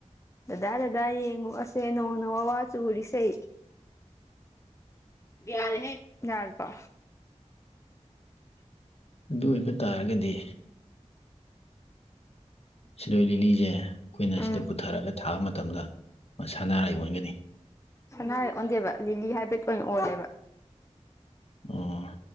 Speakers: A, on the left; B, on the left.
A: ꯗꯗꯥ ꯗꯗꯥ ꯌꯦꯡꯉꯨꯁꯦ ꯅꯣꯡ ꯅ ꯋꯥ ꯋꯥ ꯆꯨꯔꯤꯁꯦ ꯌꯥꯔꯦꯍꯦ ꯌꯔꯕꯣ
B: ꯑꯗꯨ ꯑꯣꯏꯕ ꯇꯥꯔꯒꯗꯤ ꯁꯤꯔꯣꯏ ꯂꯤꯂꯤꯁꯦ ꯑꯩꯈꯣꯏꯅ
A: ꯎꯝ
B: ꯁꯤꯗ ꯄꯨꯊꯔꯒ ꯊꯥꯕ ꯃꯇꯝꯗ ꯃ ꯁꯅꯔꯩ ꯑꯣꯟꯒꯅꯤ
A: ꯁꯅꯥꯔꯦꯛ ꯑꯣꯟꯗꯦꯕ ꯂꯤꯂꯤ ꯍꯥꯏꯕ꯭ꯔꯦꯠ ꯑꯣꯏꯅ ꯑꯣꯜꯂꯦꯕ
B: ꯑꯣ